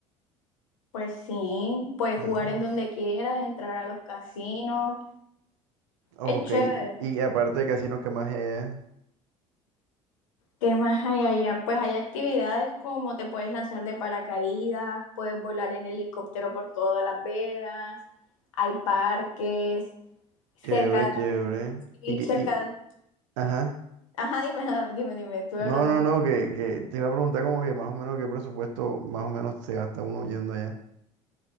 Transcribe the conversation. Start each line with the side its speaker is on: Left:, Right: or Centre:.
Left: Pues sí, puedes
Right: Ah,
Left: jugar en donde quieras, entrar a los casinos,
Right: ok,
Left: es chévere.
Right: y aparte de casinos qué más hay allá,
Left: ¿Qué más hay allá? Pues hay actividades como te puedes lanzar de paracaídas, puedes volar en helicóptero por todas Las Vegas, hay parques, cerca
Right: chévere, chévere.
Left: de ahí, y
Right: Y que,
Left: cerca
Right: y,
Left: de-
Right: ajá.
Left: Ajá, dime, <laughs> dime, dime, estuve
Right: No,
Left: hablando
Right: no,
Left: mucho.
Right: no, que, que te iba a preguntar como que más o menos qué presupuesto más o menos se gasta uno yendo allá.